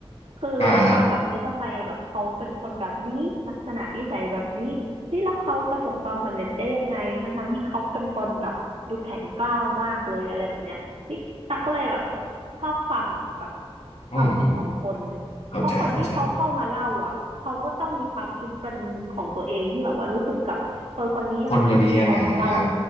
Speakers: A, on the right; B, on the left.
A: คือด้วยความแบบเฮ้ยทำไมแบบเขาเป็นคนแบบนี้ลักษณะนิสัยแบบนี้นี่แล้วเขาประสบความสำเร็จได้ยังไงทั้งๆที่เขาเป็นคนแบบดูแข็งกร้าวมากเลยอะไรแบบเนี้ยนี่ตักก็เลยแบบ
B: อ่าฮะ
A: ชอบฟังอ่ะแบบ
B: อืมอืม
A: ความคิดของคน
B: เข้าใจเข้าใจ
A: เพราะคนที่เขาเข้ามาเล่าอ่ะเขาก็ต้องมีความคิดเป็นของตัวเองที่แบบว่ารู้สึกกับคนคนนี้ยังไงที่เขามาเล่า
B: คนเดี๋ยวนี้ยังไงอ่า